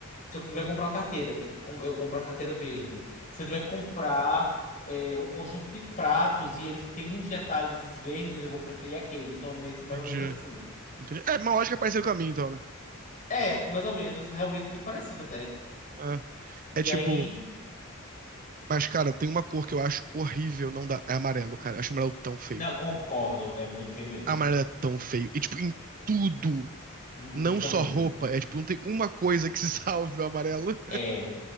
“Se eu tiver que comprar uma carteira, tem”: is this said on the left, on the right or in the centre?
Left